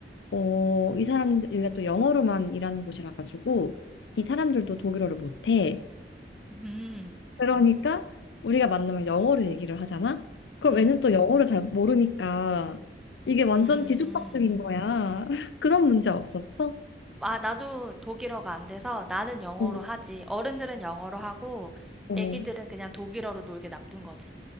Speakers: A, on the left; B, in the centre.
A: 어, 이 사람 여기가 또 영어로만 일하는 곳이라 가지고 이 사람들도 독일어를 못해.
B: 음.
A: 그러니까 우리가 만나면 영어로 얘기를 하잖아. 그럼
B: 음.
A: 애는 또 영어를 잘 모르니까 이게 완전
B: 음.
A: 뒤죽박죽인 거야. <laughs> 그런 문제 없었어?
B: 아, 나도 독일어가 안 돼서 나는 영어로
A: 어,
B: 하지. 어른들은 영어로 하고
A: 어.
B: 애기들은 그냥 독일어로 놀게 놔둔 거지.